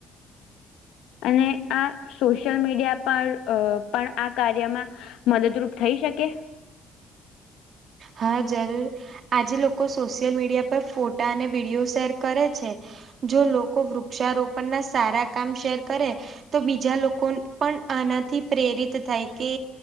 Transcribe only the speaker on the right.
હા જરૂર આજે લોકો સોશિયલ મીડિયા પર ફોટા અને વિડીયો શેર કરે છે. જો લોકો વૃક્ષારોપણ ના સારા કામ શેર કરે. તો બીજા લોકો પણ આનાથી પ્રેરિત થાય કે.